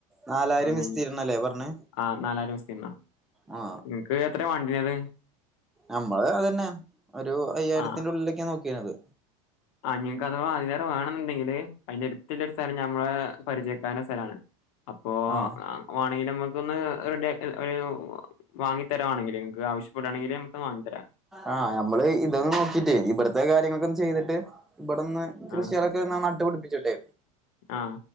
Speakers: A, in the centre; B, on the left (about 75°).
A: നാലായിരം
B: <unintelligible>
A: വിസ്തീർണ്ണല്ലേ പറഞ്ഞേ
B: ആഹ് നാലായിരം വിസ്തീർണ്ണം.
A: ആ
B: നിൻക്ക് എത്രേ വാണ്ടിനത്
A: അമ്പള് അതെന്നെ ഒരു അയ്യായിരത്തിൻ്റുള്ളിലൊക്കെ
B: ആഹ്
A: നോക്കീന്യത്.
B: ആ നിങ്ങക്ക് അഥവാ അയ്ലേറെ വേണെന്നുണ്ടെങ്കില് അയ്ന്റെട്ത്ത്ല്ലെ ഒരു സ്ഥലം ഞമ്മളെ പരിചയക്കരനെ സെലാണ്. അപ്പോ
A: ആ
B: ഏഹ് വാണെങ്കിലമ്മക്കൊന്ന് റെഡ്യാക്ക എഹ് വാങ്ങിത്തരാ വാണെങ്കില് ഇങ്ങക്ക് ആവശ്യപ്പെടാണെങ്കില് നമക് വാങ്ങി തരാ.
A: ആഹ് അമ്മള് ഇതൊന്ന് നോക്കിട്ടേ ഇബട്ത്തെ കാര് ര്യങ്ങകൊൻ ചെയ്തിട്ട് ഇബടൊന്ന് കൃഷ്യേളൊക്കൊന്ന്
B: ആ
A: നട്ടുപടിപ്പിച്ചിട്ടെ
B: ആ